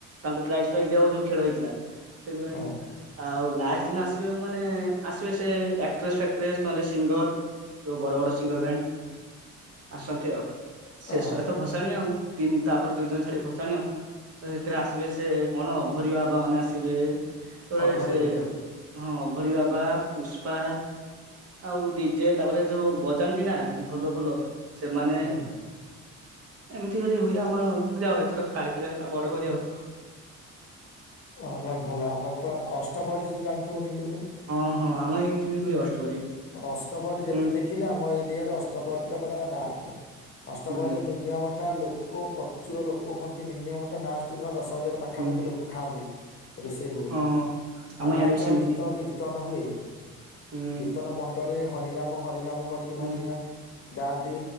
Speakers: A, on the right; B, on the left.
A: ତାଙ୍କୁ ପ୍ରାଇଜ ଫ୍ରାଇଜ ଦିଆହୋଇ ଯୋଉ ଖେଳ ହେଇଥିଲା, ସେଥିପାଇଁ
B: ହଁ
A: ଆଉ ଲାଷ୍ଟ ଦିନ ଆସିବେ ମାନେ, ଆସିବେ ସେ ଆକ୍ଟ୍ରେସ ଫାକ୍ଟ୍ରେସ୍ ନହେଲେ ସିଙ୍ଗର ଯୋଉ ବଡ ବଡ ସିଙ୍ଗଲ ବ୍ୟାଣ୍ଡ ଆସନ୍ତି ଆଉ ଶେଷ
B: ଓହୋ
A: ଭସାଣି ଆଉ, ତିନି ତାପରେ ଦୁଇ ଦିନ ଛାଡି ଭସାଣି ଆଉ ସେଥିରେ ଆସିବେ ସେ କଣ ଅଘୋରି ବାବା ମାନେ ଆସିବେ ଥରେ
B: ଅଘରୀ
A: ସେ
B: ବାବା।
A: ହଁ ଅଘୋରୀ ବାବା ପୁଷ୍ପା ଆଉ ଡିଜେ ତାପରେ ଯୋଉ ବଜାନ୍ତି ନା ଢୋଲ ଫୋଲ ସେମାନେ
B: ହୁଁ
A: ଏମିତି କରି ହୁଏ ଆମ ପୂଜା ଆଉ ଏଥର ତ କାଳୀ ପୂଜା ହେଲା ବଡ କରି ଆଉ।
B: ହଁ ଭଲ ଆମର ତ ଅଷ୍ଟପ୍ରହରୀ ଜାଣିଥିବ କେମିତି ହୁଏ?
A: ହଁ ହଁ ଆମ ଏଇଠି ବି ହୁଏ ଅଷ୍ଟପରି
B: ଅଷ୍ଟପ୍ରହରୀ ଯେତେ
A: ହୁଁ
B: ଦେଖି ଦେଖିଲେ ଆମର ଏରିିଆରେ ଅଷ୍ଟପ୍ରହରୀ ଟା ପୁରା ଡାକେ ଅଷ୍ଟପ୍ରହରୀରେ
A: ହୁଁ
B: ମିନିମମ୍ ଟା ଲୋକ ଲୋକ ପ୍ରଚୁର ଲୋକ ହୁଅନ୍ତି ମିନିମମ୍ ଲାଷ୍ଟ ଦିନ ଦଶ ହଜାର ପାଖାପାଖି
A: ହୁଁ
B: ଲୋକ ଖାଆନ୍ତି ରୋଷେଇ ହୁଏ
A: ହଁ ହଁ। ଆମ
B: ଆଉ
A: ଇଆଡେ
B: ନାଚ
A: ବି ସେମିତି
B: ଗୀତ କୀର୍ତ୍ତନ ହୁଏ
A: ହୁଁ
B: କୀର୍ତ୍ତନ ମଣ୍ଡଳୀ ହରିନାମ ହରିନାମ କରିକି
A: ହୁଁ
B: ଧରିକିନା ଗାଆନ୍ତି